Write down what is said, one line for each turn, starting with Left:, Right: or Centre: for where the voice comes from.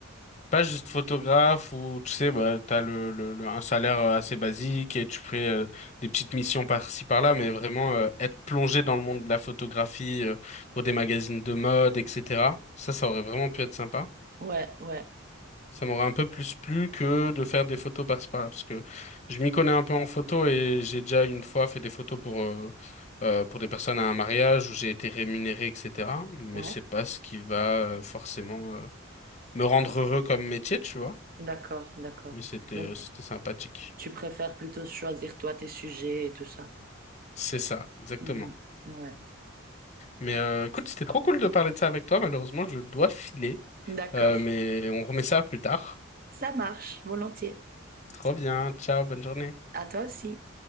Left: pas juste photographe où, tu sais, bah, t'as le, le, le- un salaire euh, assez basique et tu fais euh, des petites missions par-ci, par-là, mais vraiment euh, être plongé dans le monde de la photographie euh, pour des magazines de mode, etc. Ça, ça aurait vraiment pu être sympa.
Right: Ouais, ouais,
Left: Ça m'aurait un peu plus plu que de faire des photos par-ci par-là, parce que je m'y connais un peu en photo et j'ai déjà une fois fait des photos pour euh, euh, pour des personnes à un mariage où j'ai été rémunéré, etc. Mais
Right: ouais.
Left: c'est pas ce qui va euh, forcément euh, me rendre heureux comme métier, tu vois.
Right: D'accord, d'accord.
Left: Mais c'était
Right: Donc,
Left: euh, c'était sympathique.
Right: tu préfères plutôt choisir toi tes sujets et tout ça.
Left: C'est ça, exactement.
Right: Mhm. Ouais.
Left: Mais euh, écoute, c'était trop cool de parler de ça avec toi. Malheureusement, je dois filer,
Right: D'accord.
Left: Euh, mais on remet ça plus tard.
Right: Ça marche, volontiers.
Left: Trop bien. Ciao, bonne journée.
Right: À toi aussi.